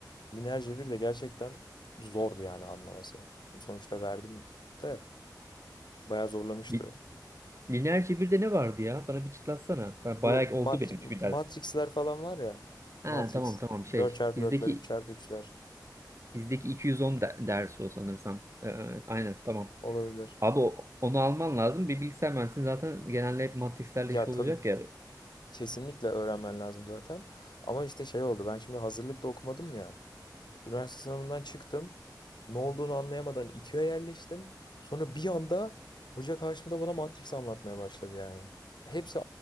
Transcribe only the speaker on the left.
Lineer cebir de gerçekten zordu yani anlaması. Sonuçta verdim de bayağı zorlamıştı.
Bu matri
Matrix'ler falan var ya.
Matrix
dört çarpı
dörtler, üç çarpı üçler
olabilir.
Ya
tabii
kesinlikle öğrenmen lazım zaten. Ama işte şey oldu. Ben şimdi hazırlıkta okumadım ya. Üniversite sınavından çıktım. Ne olduğunu anlayamadan İTÜ'ye yerleştim. Sonra bir anda hoca karşımda bana Matrix anlatmaya başladı yani. Hepsi